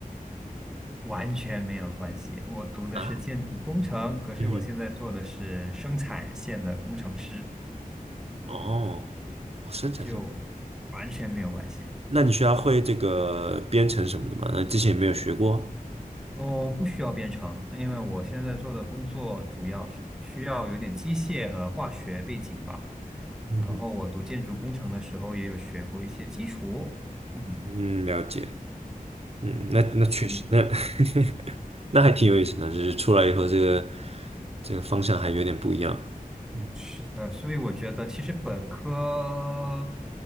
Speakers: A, in the centre; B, on the right.
A: 完全没有关系。我读的是建筑工程，
B: 啊，
A: 可是我现在做的是生产线的工程师，
B: 嗯哼，哦，哦，生产线，
A: 就完全没有关系。
B: 那你需要会这个编程什么的吗？那之前有没有学过。
A: 我不需要编程，因为我现在做的工作主要是需要有点机械和化学背景吧。
B: 嗯哼，
A: 然后我读建筑工程的时候也有学过一些基础，嗯。
B: 嗯，了解。嗯，那那确实，
A: 所以。
B: 那 <laughs> 那还挺有意思的，就是出来以后，这个这个方向还有点不一样。嗯，
A: 是的，所以我觉得其实本科